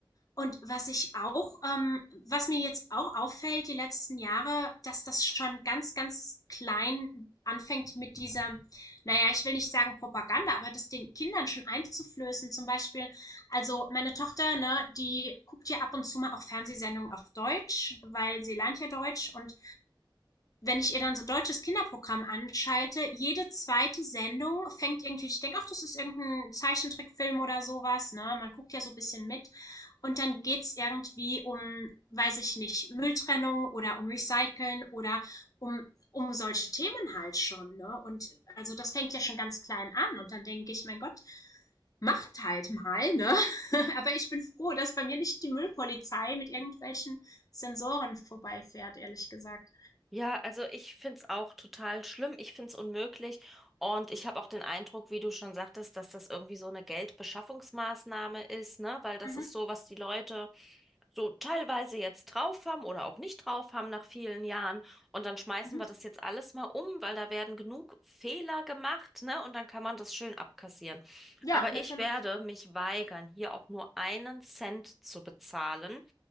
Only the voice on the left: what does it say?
Und was ich auch, ähm, was mir jetzt auch auffällt, die letzten Jahre, dass das schon ganz, ganz klein anfängt mit dieser, naja, ich will nicht sagen Propaganda, aber das den Kindern schon einzuflößen. Zum Beispiel, also meine Tochter, ne, die guckt ja ab und zu mal auch Fernsehsendungen auf Deutsch, weil sie lernt ja Deutsch und wenn ich ihr dann so deutsches Kinderprogramm anschalte, jede zweite Sendung fängt irgendwie, ich denke, ach, das ist irgendein Zeichentrickfilm oder sowas, ne? Man guckt ja so ein bisschen mit. Und dann geht's irgendwie um, weiß ich nicht, Mülltrennung oder um Recyceln oder um, um solche Themen halt schon, ne? Und also das fängt ja schon ganz klein an. Und dann denke ich, mein Gott, macht halt mal, ne? <laughs> Aber ich bin froh, dass bei mir nicht die Müllpolizei mit irgendwelchen Sensoren vorbeifährt, ehrlich gesagt.
Mhm.
Mhm.
Ja,
natürlich.